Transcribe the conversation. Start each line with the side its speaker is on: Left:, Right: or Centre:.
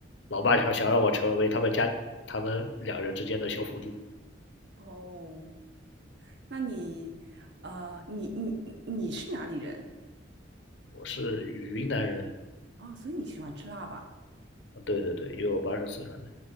Left: 老爸想想让我成为他们家他们两人之间的小辅助。
Right: 哦，那你，啊，你你你你是哪里人？
Left: 我是云南人，
Right: 哦，所以你喜欢吃辣吧？
Left: 啊对对对，因为我爸是四川的。